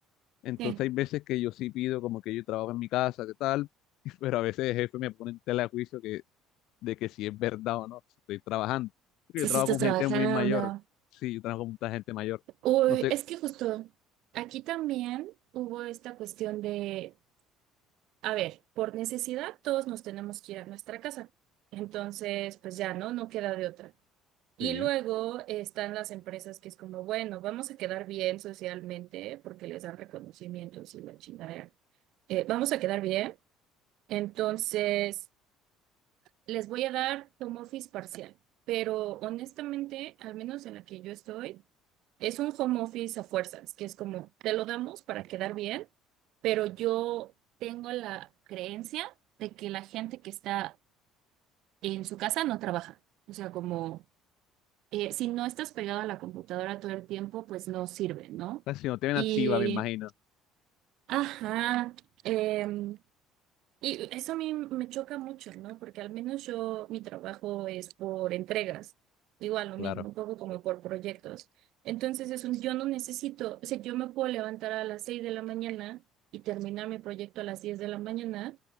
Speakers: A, on the left (about 65°); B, on the right (about 65°).
A: Entonces
B: sí.
A: hay veces que yo sí pido como que yo trabajo en mi casa, ¿qué tal? <laughs> Pero a veces el jefe me pone en tela de juicio que, de que si es verdad o no, si estoy trabajando. Porque
B: Sí,
A: yo trabajo
B: sí, estás
A: con
B: trabajando.
A: gente muy mayor, sí, yo trabajo con mucha gente mayor.
B: Uy,
A: No sé
B: es que justo aquí también hubo esta cuestión de, a ver, por necesidad todos nos tenemos que ir a nuestra casa. Entonces, pues ya, ¿no? No queda de otra. Y
A: Sí.
B: luego están las empresas que es como, bueno, vamos a quedar bien socialmente porque les dan reconocimientos y la chingadera. Eh, vamos a quedar bien. Entonces, les voy a dar home office parcial. Pero honestamente, al menos en la que yo estoy, es un home office a fuerzas, que es como, te lo damos para quedar bien, pero yo tengo la creencia de que la gente que está en su casa no trabaja. O sea, como eh, si no estás pegado a la computadora todo el tiempo, pues no sirve, ¿no?
A: La si no te ven
B: Sí.
A: activa, me imagino.
B: Y, ajá, em, y eso a mí me choca mucho, ¿no? Porque al menos yo, mi trabajo es por entregas, igual lo
A: Claro,
B: mismo, un poco como por proyectos. Entonces, es un- yo no necesito, o sea, yo me puedo levantar a las 6 de la mañana y terminar mi proyecto a las 10 de la mañana